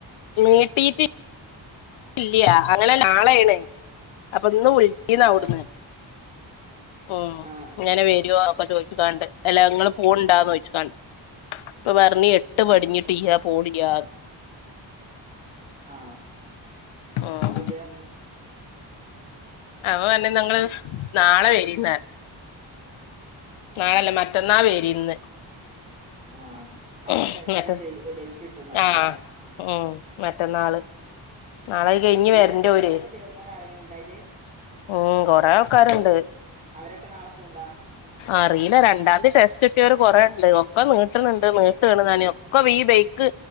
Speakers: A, on the left (about 85°); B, on the right (about 15°).
A: നീട്ടീട്ടില്ല്യ അങ്ങനെല്ല ആളായീണ്. അപ്പൊ ഇന്ന് വിളിച്ചീന്നവ്ടുന്ന്.
B: ആ
A: ഉം.
B: ആഹ്
A: ഇങ്ങനെ വെരോ ഒക്കെ ചോയിച്ക്കാണ്ട്. അല്ല ഇങ്ങള് പോണ്ടൊന്ന് ചോയിച്ക്കാണ്ട്. അപ്പപർഞ്ഞ് എട്ട്
B: ആഹ്
A: പഠിഞ്ഞിട്ട്യ്യ്യാ പോണില്ലാന്ന്
B: ആഹ
A: ഉം
B: അപ്പന്തേ പറഞെ.?
A: അപറഞ്ഞ് ന്നാ ഇങ്ങള് നാളെ വരീന്നർഞ്
B: ആഹ്
A: നാളല്ല. മറ്റന്നാ വരി ന്ന്.
B: ആഹ് അടുത്ത
A: മ
B: ടെസ്റ്റിന്റെ
A: ന്ന്ട്ട്,
B: ഡേ ഡേറ്റ് കിട്ടും നാളെല്ലേ
A: ആഹ് ഉം. മറ്റന്നാള് നാളെ അഹ് കഴിഞ്ഞ്
B: നിങ്ങളാ
A: വെര്ന്റോല്
B: ചേർന്നപ്പോ ചേർന്നവര് ആരെങ്കിലും ഇണ്ടായില്
A: ഉം. കൊറെ ആൾക്കാര്ണ്ട്.
B: അവരൊക്കെ നാളെ പോവ്ണ്ടോ?
A: അറീല രണ്ടാതി ടെസ്റ്റ് കിട്ടിയോര് കൊറേണ്ട്. ഒക്കെ നീട്ട്ണ്‌ണ്ട് നീട്ടാണ് ന്നർഞ്- ഒക്ക ഈ ബൈക്ക്,